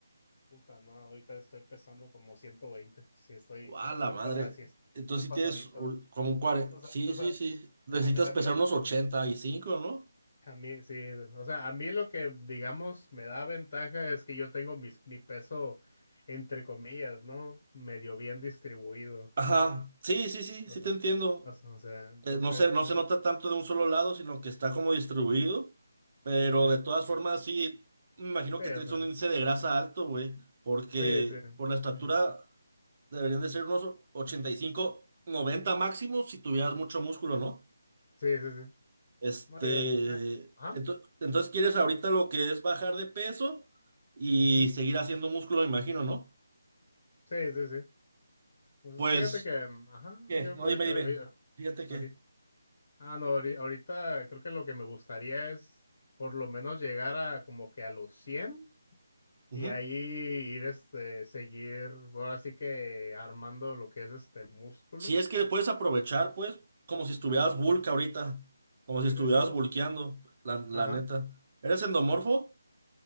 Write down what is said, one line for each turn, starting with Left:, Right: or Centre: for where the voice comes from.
Left: Puta, no, ahorita estoy pesando como ciento veinte, Sí, estoy, sí,
Right: ¡A
Left: estoy
Right: la madre!
Left: pasado, sí, estoy
Right: Entonces
Left: pasadito.
Right: si tienes un- como un 40.
Left: O sea,
Right: Sí,
Left: o sea,
Right: sí, sí. Necesitas
Left: a mí, a
Right: pesar
Left: mí,
Right: unos ochenta y cinco ¿no?
Left: a mí, sí, o sea, a mí lo que, digamos, me da ventaja es que yo tengo mis, mi peso, entre comillas, ¿no? Medio bien distribuido,
Right: Ajá.
Left: o sea,
Right: Sí, sí, sí,
Left: o
Right: sí
Left: sea,
Right: te entiendo.
Left: o sea, o sea, entonces,
Right: Eh, no se, no se nota tanto de un solo lado, sino que está como distribuido. Pero
Left: sí, sí,
Right: de todas formas, sí, me imagino
Left: sí,
Right: que traes
Left: o sea,
Right: un índice de grasa alto, güey. Porque
Left: sí, sí,
Right: por la estatura
Left: ujú,
Right: deberían de ser unos ochenta y cinco 90 máximo si tuvieras mucho músculo, ¿no?
Left: sí, sí, sí,
Right: Este,
Left: no, yo, eh, ajá,
Right: ento- entonces quieres ahorita lo que es bajar de peso y
Left: ujú.
Right: seguir haciendo músculo, me imagino, ¿no?
Left: Sí, sí, sí. Pues
Right: Pues,
Left: fíjate que, mm, ajá,
Right: ¿qué?
Left: yo ahorita,
Right: No, dime, dime.
Left: ahorita,
Right: Fíjate que.
Left: ahori- ah, no, ahori- ahorita, creo que lo que me gustaría es por lo menos llegar a como que a los 100
Right: ujú.
Left: y ahí ir, este, seguir, ahora sí que armando lo que es este músculo.
Right: Si es que puedes aprovechar, pues, como si estuvieras
Left: Ujú.
Right: bulk ahorita, como
Left: Sí,
Right: si estuvieras
Left: sí, sí, no
Right: bulkeando,
Left: sé.
Right: la, la
Left: Ajá.
Right: neta. ¿Eres endomorfo?